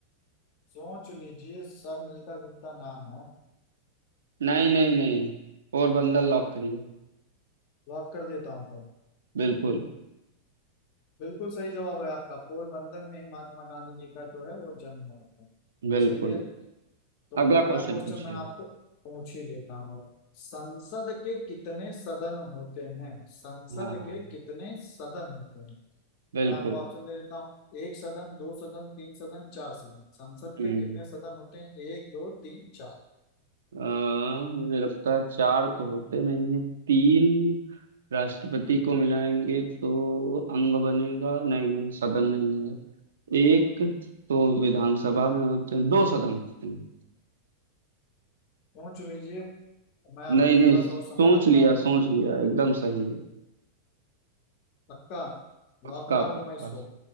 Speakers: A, on the left; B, on the right.
A: सोच लीजिए सब मिलता जुलता नाम है
B: नहीं नहीं नहीं पोरबंदर लॉक करिए
A: लॉक कर देता हूँ तुम
B: बिल्कुल
A: बिल्कुल सही जवाब है आपका पोरबंदर में ही महात्मा गांधी जी का जो है वो जन्म हुआ था
B: बिल्कुल
A: सही है तो
B: अगला
A: अगला
B: क्वेश्चन
A: क्वेश्चन
B: पूछिए
A: मैं आपको पूछ ही लेता हूँ संसद के कितने सदन होते हैं संसद
B: हाँ
A: के कितने सदन होते हैं
B: बिल्कुल
A: तो मैं आपको ऑप्शन दे देता हूँ एक सदन दो सदन तीन सदन चार सदन संसद
B: हम्म
A: के कितने सदन होते हैं एक दो तीन चार
B: अ, मुझे लगता है चार तो होते नहीं है तीन राष्ट्रपति को मिलाएंगे तो अंग बनेगा नहीं नहीं सदन नहीं है एक तो विधानसभा में होते हैं दो सदन होते हैं
A: पूछ लीजिए मैं आपको
B: नहीं नहीं
A: थोड़ा सा
B: सोच
A: और समय देता
B: लिया
A: हूँ
B: सोच लिया एकदम सही है
A: पक्का
B: पक्का
A: लॉक मार
B: पक्का
A: दूं मैं इसको